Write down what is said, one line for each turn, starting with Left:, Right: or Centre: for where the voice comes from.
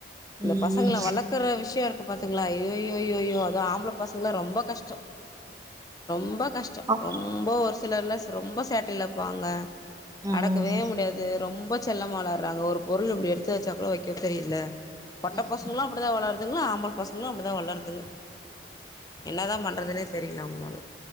Left: இந்த
Right: ம்
Left: பசங்களை வளக்குற விஷயம் இருக் பாத்துங்களா ஐய்யோய் ஐயோ யோ ஆம்பள பசங்கள ரொம்ப கஷ்டம் ரொம்ப கஷ்டம்
Right: அ
Left: ரொம்ப வருஷம் சிலர்லாம் ரொம்ப சேட்டையிலப்பாங்க
Right: ம்
Left: அடக்கவே முடியாது ரொம்ப ரொம்ப செல்லமா வளர்றாங்க ஒரு பொருள் இப்படி எடுத்து வச்சா கூட வைக்க தெரியில பொட்ட
Right: ம்
Left: பசங்களும் அப்படி தான் வளர்து அதுங்களும் ஆம்பல பசங்களும் அப்டிதான் வளர்து ங்க என்னதான் பண்றதுன்னே தெரில உங்களால